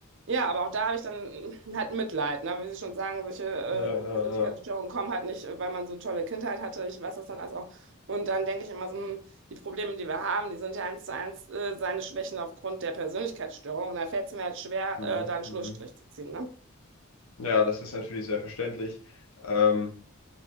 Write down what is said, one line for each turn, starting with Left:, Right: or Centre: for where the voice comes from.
Right: Ja, aber auch da habe ich dann <laughs> halt Mitleid, ne? Wie Sie schon sagen, solche
Left: Ja,
Right: äh,
Left: ja,
Right: Persönlichkeitsstörungen
Left: ja.
Right: kommen halt nicht, weil man so eine tolle Kindheit hatte. Ich weiß das dann alles auch. Und dann denke ich immer so, hm, die Probleme, die wir haben, die sind ja eins zu eins äh, seine Schwächen aufgrund der Persönlichkeitsstörung. Und da fällt es mir halt schwer,
Left: Mhm,
Right: äh, da einen Schlussstrich
Left: mhm.
Right: zu ziehen, ne?
Left: Ja, das ist natürlich sehr verständlich. Ähm,